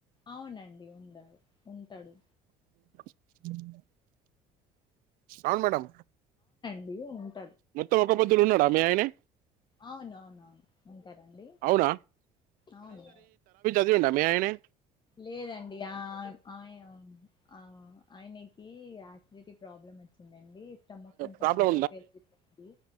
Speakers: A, on the left; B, on the right.
A: అవునండి ఉండాలె ఉంటడు.
B: హ అవును మేడం.
A: అ
B: మొత్తం ఒక పొద్దులు ఉన్నడా మీ ఆయనే
A: అవును అవునవును ఉంటరండి
B: అవునా
A: అవును
B: విండా మీ ఆయనే
A: లేదండి ఆ ఆయ ఆ ఆయనకి యాసిడిటీ ప్రాబ్లమ్ వచ్చిం నందు స్టమక్ కొంచం
B: ప్రాబ్లం
A: బాగా పెరుగుతుంది.